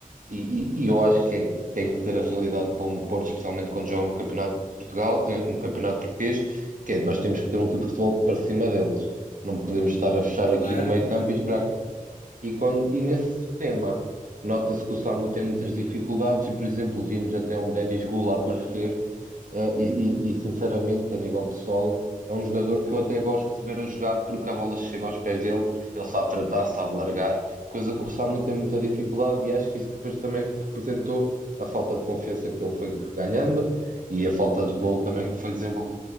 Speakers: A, on the right (about 65°); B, on the left (about 65°).
A: e, e- e eu acho que é- tem que ser a realidade para um Porto, especialmente quando joga no Campeonato de Portugal, eh, no Campeonato Português, que é nós temos que ter um tipo de futebol para cima deles. Não podemos estar a fechar
B: Claro,
A: aqui no meio
B: claro,
A: campo e esperar
B: claro.
A: e, quando, e nesse sistema, nota-se que o SAMU tem muitas dificuldades e, por exemplo, vimos até um Denis Gula aparecer, eh, e, e- e, sinceramente, a nível pessoal, é um jogador que eu até gosto de ver a jogar porque a bola chega aos pés dele, ele sabe tratar, sabe largar, coisa que o SAMU tem muita dificuldade e acho que isso depois também representou a falta de confiança que ele foi ganhando e a falta de gol também que foi desenvolvendo.